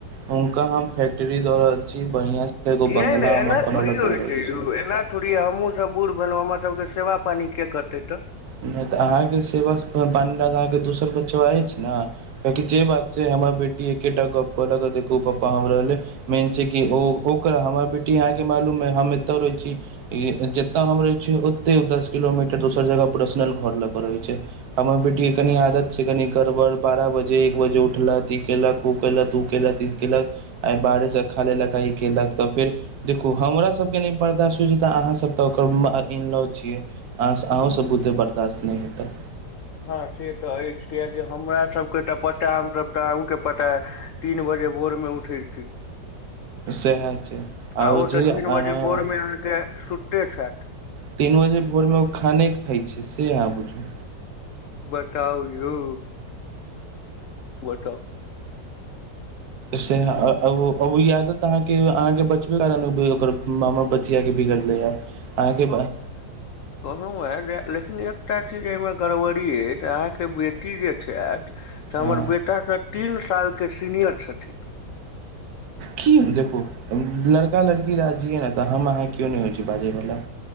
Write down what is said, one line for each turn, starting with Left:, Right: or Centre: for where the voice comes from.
Right: हुनका हम फैक्ट्ररी दऽ रहल छी बढ़ियां से एगो
Left: नाय नाय
Right: बंगला
Left: ने
Right: हम
Left: एनाथोड़ी
Right: अपन अलग
Left: हो
Right: दऽ रहल
Left: छै यऊ
Right: छी
Left: थोरी हमहुँ सब बूढ़ भेलहुँ हमर सबके सेवा पानी के करतै तऽ
Right: नहि तऽ अहाँके सेवा पानि ल तऽ अहाँके दोसर बच्चा अछि ने कियाकि जे बात छै हमर बेटी एकेटा गप कहलक देखू पापा हम रहले मेन छै कि ओ ओकर हमर बेटी अहाँके मालूम ह हम एतय रहै छी इ जतय हम रहै छियै ओते दस किलोमीटर दोसर जगह पर्सनल घर लऽ कऽ रहैत छै हमर बेटीके कनि आदत छै कनि गड़बड़ बारह बजे एक बजे उठलक ई केलक ओ केलक, ओ केलक, ई केलक, आए बाहरेसँ खा लेलक, ई केलक तऽ फेर। देखू हमरा सभके नहि बर्दाश्त हो जे तऽ अहाँसभ ओकर इनलॉ छियै। अहाँसँ
Left: हूँ
Right: अहूँ सब बुते बर्दाश्त नहि हेतै
Left: हँ से तऽ अछि कियाकी जे हमरा सबके तऽ पता हमसभ तऽ अहूँके पता तीन बजे भोरमे उठैत छी
Right: सएह छै आओर
Left: आ ओ
Right: जे
Left: तऽ
Right: अहाँ
Left: तीन बजे भोरमे अहाँके सुतते छथि
Right: तीन बजे भोरमे ओ खाने खाइ छै से आहाँ बुझू
Left: बताऊ यौ बताऊ
Right: सेहा अ ओयादतहाँके अहाँके बचबे ओकर मामा बचियाके बिगड़लै ह अहाँके ब
Left: कहलहुं हें जे लेकिन एकटा चीज एहिमे गड़बड़ी अछि अहाँके बेटी जे छथि तऽ
Right: हँ
Left: हमर बेटा त तीन साल के सीनियर छथिन।
Right: की देखू लड़का लड़की राजिहे तऽ हम अहाँ कियो नै होइ छि बाजयवला।